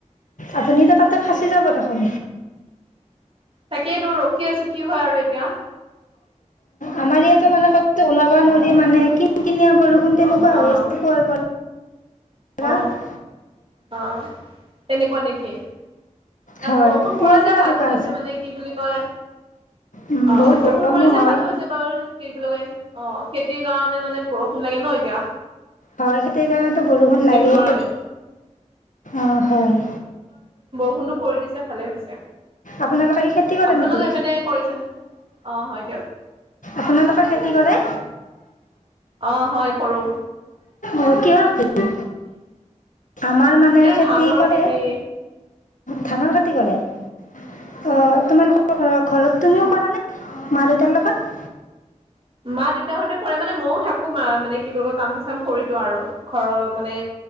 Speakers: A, on the left; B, on the right.
A: আপুনি এতিয়া তাতে ফাঁচি যাব দেখোন।
B: তাকেতো ৰোখি আছোঁ কি হয় আৰু এতিয়া।
A: আমাৰ ইয়াতো মানে ক'তো ওলাবা নোৱাৰ মানে কিন কিনি বৰষুণ। তেনেকুৱা হৈ
B: অ অ
A: আছে পুৱাৰ পৰা
B: অ অহ তেনেকুৱা নেকি
A: হয়
B: বৰষুণ
A: পুৱাৰ
B: পৰিছে
A: পৰা
B: ভালো
A: তেনেকুৱা
B: হৈছে মানে কি বুলি কয়
A: উম,
B: অ
A: বহুত
B: বৰষুণ
A: গৰমো
B: পৰিছে
A: হয়
B: ভালো হৈছে বাৰু কি বুলি কয় অ খেতিৰ কাৰণে মানে বৰষুণ লাগে ন। এতিয়া
A: হয় খেতি কাৰণে বৰষুণ
B: সেইটো
A: লাগে
B: কাৰণে
A: অ হয়
B: বৰষুণতো পৰি দিছে ভালে হৈছে।
A: আপোনালোকে কি খেতি কৰে
B: আপোনালোকে
A: নেকি?
B: এইপিনে কৰিছে? অ হয় দিয়ক
A: আপোনালোকে খেতি কৰে?
B: অ' হয় কৰোঁ।
A: অ' কিহৰ খেতি? আমাৰ মানে
B: এইটো
A: খেতি
B: ধানৰ
A: কৰে।
B: খেতি
A: ধানৰ খেতি কৰে। অ' তোমালোকৰ ধৰক ঘৰত তুমিও কৰা নে মা দেউটাৰ লগত?
B: মা দেউতাহতে কৰে মানে মইও থাকো মা মানে কি বুলি কয় কাম চাম কৰি দিওঁ আৰু ঘৰৰ মানে